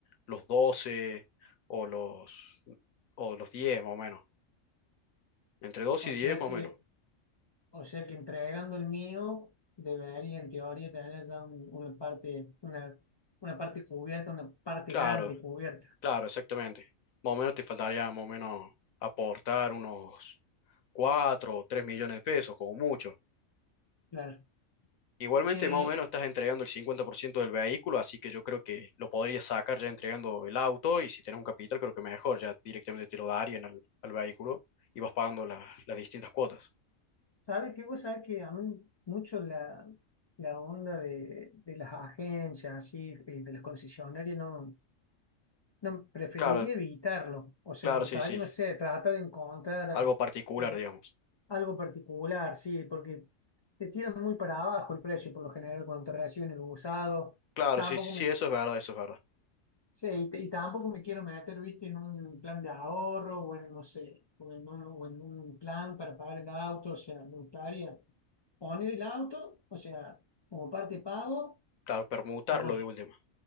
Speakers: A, on the left; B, on the left.
A: los 12 o los, o los 10 más o menos. Entre 12
B: o
A: y
B: sea
A: 10 más
B: que
A: o menos.
B: O sea que entregando el mío, debería en teoría tener ya un- una parte, una, una parte cubierta, una parte
A: Claro,
B: grande cubierta.
A: claro, exactamente. Más o menos te faltaría más o menos aportar unos 4 o 3 millones de pesos, como mucho.
B: Claro.
A: Igualmente,
B: Che,
A: más o menos estás entregando el 50% del vehículo, así que yo creo que lo podrías sacar ya entregando el auto y si tienes un capital, creo que mejor, ya directamente te lo darían al, al vehículo y vas pagando la- las distintas cuotas.
B: ¿sabes qué? Vos sabés que a mí mucho la, la onda de, de las agencias, así, de de las concesionarias, no, No, preferiría
A: Claro,
B: evitarlo. O sea,
A: claro,
B: me gustaría,
A: sí, sí,
B: no sé, tratar de encontrar
A: algo particular,
B: eh,
A: digamos.
B: algo particular, sí, porque te tiran muy para abajo el precio por lo general cuando te reciben el usado.
A: Claro,
B: Tampoco
A: sí, sí, sí,
B: me,
A: eso es verdad, eso es verdad.
B: sí, y, t- y tampoco me quiero meter, viste, en un plan de ahorro o en, no sé, o en un, o en un plan para pagar el auto. O sea, me gustaría poner el auto, o sea, como parte de pago
A: Claro, permutarlo
B: a los
A: de última.